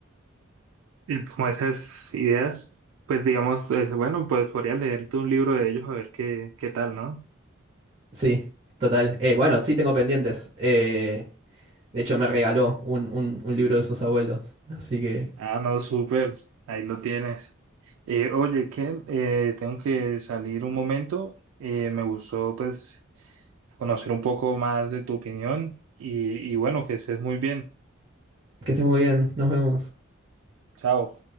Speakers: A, on the right; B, on the right.
A: Y como esas ideas, pues digamos, es, bueno, pues podrías leerte un libro de ellos a ver qué, qué tal, ¿no?
B: sí, total. Eh, bueno, sí tengo pendientes. Eh, De hecho, me regaló un, un, un libro de sus abuelos. Así que
A: Ah, no, súper, ahí lo tienes. Eh, oye, que eh, tengo que salir un momento, eh, me gustó pues conocer un poco más de tu opinión y, y bueno, que estés muy bien.
B: que esté muy bien. Nos vemos.
A: Chao.